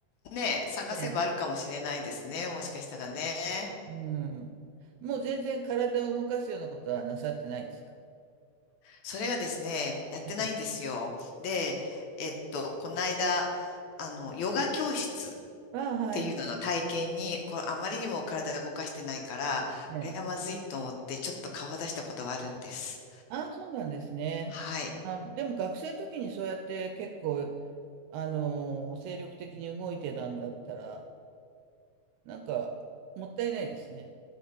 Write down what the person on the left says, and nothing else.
ね、探せばあるかもしれないですね。
もしかしたらね。
それがですね、やってないんですよ。
で、えっと、この間、あの、ヨガ教室っていうのの体験に、
これあまりにも体が動かしてないから、
これはまずいと思って、ちょっと顔を出したことがあるんです。
はい。